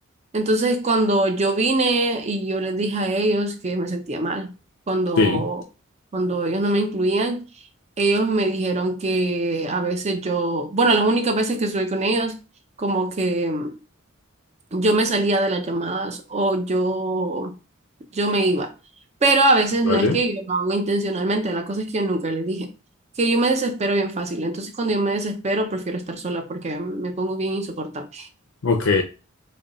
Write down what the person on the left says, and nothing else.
sí,
vale,
ok,